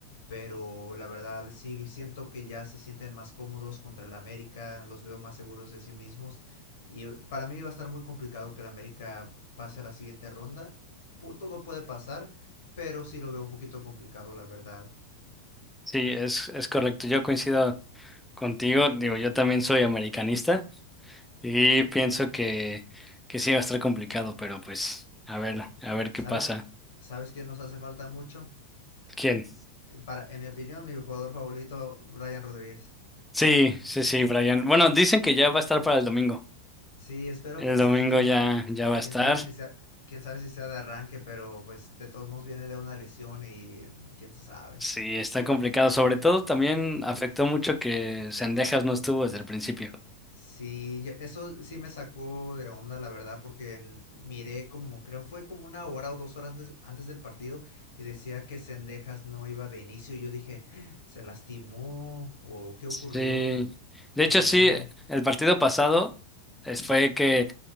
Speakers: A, on the left (about 60°); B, in the centre.
A: pero la verdad sí siento que ya se sienten más cómodos contra el América, los veo más seguros de sí mismos, y para mí va a estar muy complicado que el América pase a la siguiente ronda, todo puede pasar, pero sí lo veo un poquito complicado, la verdad.
B: Sí, es, es correcto. Yo coincido contigo. Digo, yo también soy americanista y pienso que, que sí va a estar complicado, pero pues a ver, a ver
A: ¿Sabes?
B: qué pasa.
A: ¿Sabes quién nos hace falta mucho?
B: ¿Quién?
A: Para, en mi opinión, mi jugador favorito, Ryan Rodríguez.
B: Sí, sí, sí, Brian. Bueno, dicen que ya va a estar para el domingo.
A: Sí, espero
B: El
A: que
B: domingo
A: sí. ¿Quién,
B: ya, ya va a
A: Quién
B: estar.
A: sabe si sea, quién sabe si sea de arranque, pero pues de todos modos viene de una lesión y mm, quién se sabe.
B: Sí, está complicado. Sobre todo también afectó mucho que Sendejas no estuvo desde el principio.
A: Sí, yo- eso sí me sacó de onda, la verdad, porque en- miré como, creo fue como una hora o dos horas des- antes del partido y decía que Sendejas no iba de inicio y yo dije, "Ah, ¿se lastimó? ¿O qué ocurrió?
B: Sí,
A: Y
B: de hecho sí,
A: ya luego,
B: el partido pasado es- fue que,